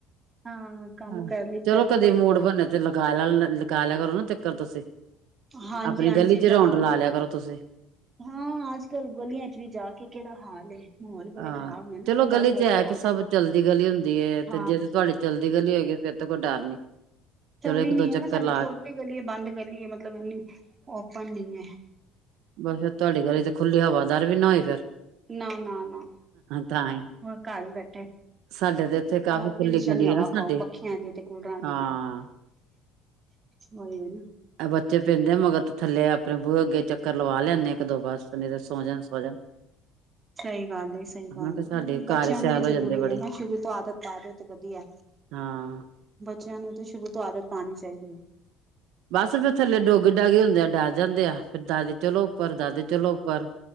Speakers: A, on the right; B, on the right.
A: ਹਾਂ। ਕੰਮ
B: ਆ,
A: ਕਰ ਲਿੱਤਾ
B: ਚਲੋ ਕਦੇ
A: ਉਹੀ
B: ਮੂਡ
A: ਵੋਕ
B: ਬਨੇ
A: ਹੈ
B: ਤੇ ਲਗਾ ਲਾ ਲ ਲਗਾ ਲੇਆ ਕਰੋ ਨਾ ਚੱਕਰ ਤੂਸੀ।
A: ਹਾਂਜੀ
B: ਆਪਨੀ
A: ਹਾਂਜੀ
B: ਗਲੀ ਚ
A: ਲਗਾਓ
B: ਰੋਂਡ ਲਾ ਲੇਆ ਕਰੋ ਤੂਸੀ।
A: ਹਾਂ, ਆੱਜ-ਕਲ ਗਲੀਆਂ ਚ ਵੀ ਜਾ ਕੇ ਕੇੜਾ ਹਾਲ ਏ। ਮਾਹੌਲ ਬੜੇ
B: ਆ,
A: ਖ਼ਰਾਬ ਨੇ ਨਾ
B: ਚਲੋ
A: ਡਰ
B: ਗਲੀ
A: ਲੱਗਦਾ
B: ਚ ਹੈ ਕਿ ਸਬ
A: ਜਬ
B: ਚਲਦੀ ਗਲੀ ਹੁੰਦੀ ਏ,
A: ਹਾਂ
B: ਤੇ ਜੇ ਤੇ ਤੂਆਡੇ ਚਲਦੀ ਗਲੀ ਹੋਗੀ ਏ ਫੇਰ ਤੇ ਕੋਈ ਡਾੱਰ ਨੀ।
A: ਚੱਲਦੀ
B: ਚਲੋ ਇੱਕ
A: ਨੀ
B: ਦੋ
A: ਐ
B: ਚੱਕਰ
A: ਨਾ ਸਾਡੀ
B: ਲਾ
A: ਛੋਟੀ ਗਲੀ ਏ, ਬਾੰਦ ਗਲੀ ਏ, ਮਤਲਬ ਇੰਨੀ ਓਪਨ ਨੀ ਐ।
B: ਬਾੱਸ ਫੇਰ ਤੂਆਡੀ ਗਲੀ ਤੇ ਖੁੱਲੀ ਹਵਾਦਾਰ ਵੀ ਨਾ ਹੋਈ ਫੇਰ?
A: ਨਾ, ਨਾ, ਨਾ
B: ਤਾਂ ਹੀ
A: ਹੋਰ ਘਾਰ ਈ ਬੈਠੇ।
B: ਸਾਡੇ ਇੱਥੇ ਤੇ ਕਾਫ਼ੀ
A: ਆਲਟੀਵੀਸ਼ਨ
B: ਖੁੱਲੀ ਗਲੀ
A: ਈ ਹਵਾ
B: ਹੈ ਨਾ
A: ਖਾਓ
B: ਸਾਡੀ
A: ਪੱਖੇਆਂ ਦੀ ਤੇ, ਕੂਲਰਾਂ
B: ਹਾਂ
A: ਦੀ ਤੇ। ਹੂੰ।
B: ਐ ਬੱਚੇ ਪੈਂਂਦੇ ਮਗਰ ਤੇ ਥੱਲੇ ਅਪਨੇ ਬੂਹੇ ਅੱਗੇ ਚੱਕਰ ਲਵਾ ਲੈਨੇ ਇੱਕ-ਦੋ ਬਾੱਸ, ਨੀ ਤੇ ਸੋ ਜਾਨ, ਸੋ ਜਾਨ।
A: ਸਈ ਗਾੱਲ ਏ, ਸਈ ਗਾੱਲ
B: ਕਿਹਾ
A: ਏ,
B: ਸਾਡੇ
A: ਬੱਚੇਆਂ
B: ਘਰ ਹੀ
A: ਨੂੰ
B: ਸੈਲ
A: ਵੀ
B: ਹੋ
A: ਜਰੂਰੀ
B: ਜਾਂਦੇ ਬੜੇ
A: ਐ ਨਾ, ਸ਼ੁਰੂ ਤੋਂ ਆਦਤ ਪਾ ਦੇਓ ਤੇ ਵਦੀਐ।
B: ਹਾਂ।
A: ਬੱਚੇਆਂ ਨੂੰ ਤੇ ਸ਼ੁਰੂ ਤੋਂ ਆਦਤ ਪਾਨੀ ਚਾਈਦੀ ਏ।
B: ਬਾੱਸ ਫੇਰ ਥੱਲੇ ਡੋਗੀ-ਡਾਗੀ ਹੁੰਦੇ ਆ, ਡਾਰ ਜਾਂਦੇ ਆ ਫੇਰ ਦਾਦੀ ਚਲੋ ਉੱਪਰ, ਦਾਦੀ ਚਲੋ ਉੱਪਰ।